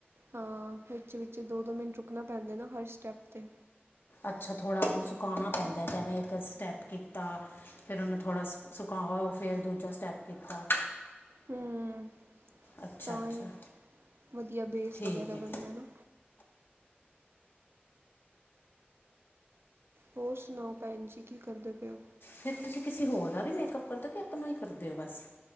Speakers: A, on the right; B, on the left.
A: ਹਾਂ ਵਿਚ ਵਿਚ ਦੋ ਦੋ ਮਿੰਟ ਰੁਕਣਾ ਪੈਂਦੇ ਨਾ ਹਰ ਸਟੈਪ ਤੇ
B: ਅਛਾ ਥੋੜ੍ਹਾ ਉਹਨੂੰ ਸੁਕਾਉਣਾ ਪੈਂਦਾ ਜਿਵੇ ਇਕ ਸਟੈਪ ਕੀਤਾ। ਫਿਰ ਉਹਨੂੰ ਥੋੜ੍ਹਾ ਸੁਕਾਓ ਫਿਰ ਦੂਜਾ ਸਟੈਪ ਕੀਤਾ।
A: ਹੂੰ
B: ਅਛਾ
A: ਤਾਂ
B: ਅਛਾ
A: ਹੀ ਵਧੀਆ ਬੇਸ
B: ਠੀਕ
A: ਵਗੈਰਾ ਬਣਦਾ
B: ਹੈ।
A: ਨਾ ਹੋਰ ਸੁਣਾਓ ਭੈਣ ਜੀ ਕੀ ਕਰਦੇ ਪਏ ਹੋ।
B: ਫਿਰ ਤੁਸੀਂ ਕਿਸੇ ਹੋਰ ਦਾ ਵੀ ਮੇਕਅਪ ਕਰਦੇਓ ਕਿ ਆਪਣਾ ਹੀ ਕਰਦੇ ਹੋ ਬਸ।